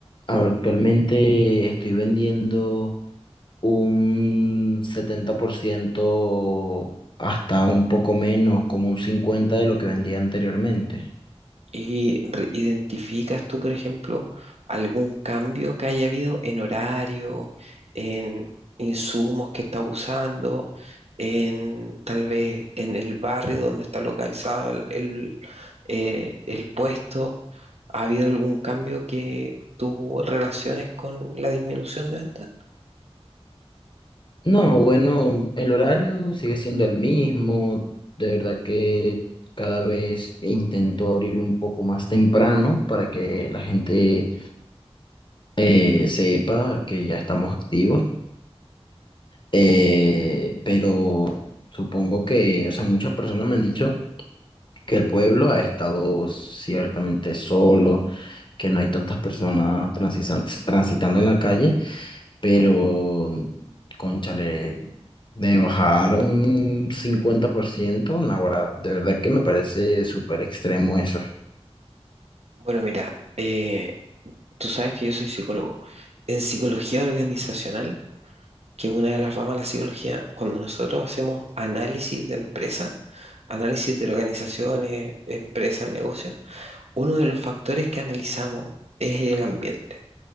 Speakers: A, on the left; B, on the right.
A: Actualmente estoy vendiendo un setenta por ciento hasta un poco menos, como un 50% de lo que vendía anteriormente.
B: ¿Y re- identificas tú, por ejemplo, algún cambio que haya habido en horario, en insumos que estás usando, en tal vez en el barrio donde está localizado el, el, eh, el puesto? ¿Ha habido algún cambio que tú relaciones con la disminución de ventas?
A: No, bueno, el horario sigue siendo el mismo. De verdad que cada vez intento abrir un poco más temprano para que la gente eh, sepa que ya estamos activos. Eh, pero supongo que, o sea, muchas personas me han dicho que el pueblo ha estado ciertamente solo, que no hay tantas personas transisantes- transitando en la calle, pero, cónchale, de bajar un 50%, naguará, de verdad que me parece súper extremo eso.
B: Bueno, mira, eh, Tú sabes que yo soy psicólogo. En psicología organizacional, que es una de las ramas de la psicología, cuando nosotros hacemos análisis de empresa, análisis de organizaciones, empresas, negocios, uno de los factores que analizamos es el ambiente.